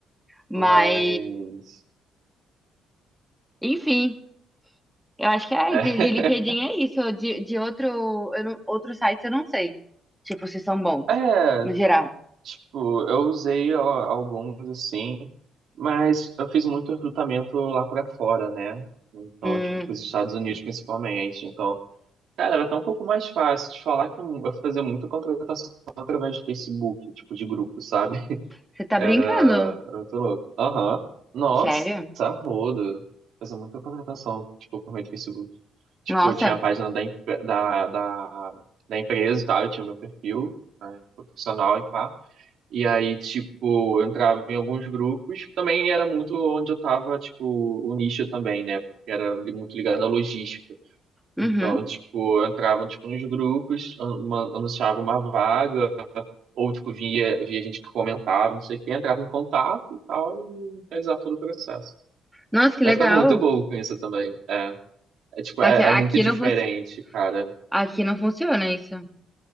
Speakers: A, in the centre; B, on the right.
A: Mas,
B: Mas.
A: enfim, eu acho que é
B: É,
A: de, de LinkedIn é isso. De, de outro, eu não, outro site eu não sei. Tipo, se são bons,
B: <laughs> é,
A: no geral.
B: tipo, eu usei ó, alguns assim, mas eu fiz muito recrutamento lá pra fora, né? Então,
A: Hum,
B: tipo, pros Estados Unidos principalmente. Então, cara, era até um pouco mais fácil de falar que eu eu fazia muita contratação através do Facebook, tipo, de grupo, sabe?
A: você tá
B: Era,
A: brincando?
B: era muito louco. Aham. Nossa,
A: Sério?
B: rodo. Fazia muita contratação, tipo, por meio do Facebook. Tipo,
A: Nossa.
B: tinha a página da, em- da, da, da empresa e tal, eu tinha o meu perfil, né, profissional e pá. E aí, tipo, eu entrava em alguns grupos. Também era muito onde eu tava, tipo, o nicho também, né? Porque era li- muito ligado à logística.
A: Uhum.
B: Então, tipo, eu entrava, tipo, nos grupos, an- uma- anunciava uma vaga, ou tipo via, via gente que comentava, não sei o quê, entrava em contato e tal, e realizava todo o processo.
A: Nossa, que
B: Eu
A: legal.
B: ficava muito bobo com isso também. É, é tipo,
A: Aqui,
B: é,
A: aqui
B: é muito diferente,
A: não funci-
B: cara.
A: aqui não funciona isso.